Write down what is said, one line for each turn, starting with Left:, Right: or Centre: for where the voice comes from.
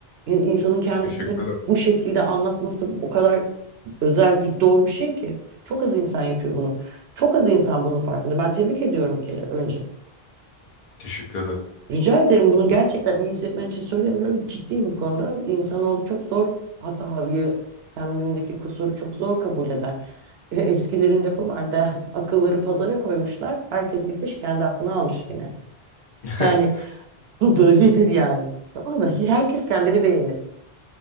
Right: İn- İnsanın kendisini
Left: Teşekkür ederim.
Right: bu şekilde anlatması o kadar özel bir doğru bir şey ki. Çok az insan yapıyor bunu. Çok az insan bunun farkında. Ben tebrik ediyorum bir kere önce.
Left: Teşekkür ederim.
Right: Rica ederim bunu gerçekten iyi hissetmen için söylemiyorum. Ciddiyim bu konuda. İnsanoğlu çok zor hatayı, kendindeki kusuru çok zor kabul eder. E, Eskilerin lafı vardı. <laughs> Akılları pazara koymuşlar. Herkes gitmiş kendi aklını almış gene.
Left: <laughs>
Right: Yani <laughs> bu böyledir yani. Tamam mı? Herkes kendini beğenir.